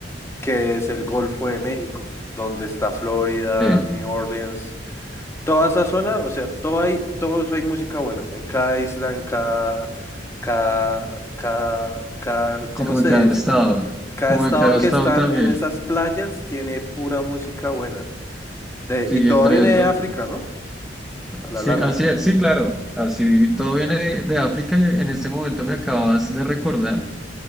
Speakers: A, on the left; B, in the centre.
A: que es el Golfo de México, donde está Florida,
B: Sí.
A: New Orleans. Toda esa zona, o sea, todo hay, todos hay música buena, en cada isla, en cada, cada, cada, cada, ¿cómo
B: Sí, como
A: se
B: en cada
A: dice?
B: estado.
A: Cada
B: Como
A: estado
B: en cada
A: que
B: estado
A: están
B: también.
A: en esas playas tiene pura música buena. De,
B: Sí,
A: y todo
B: entre
A: viene
B: eso.
A: de África, ¿no? A la
B: Sí,
A: larga.
B: así es. Sí, claro. Así todo viene de, de África y en este momento me acabas de recordar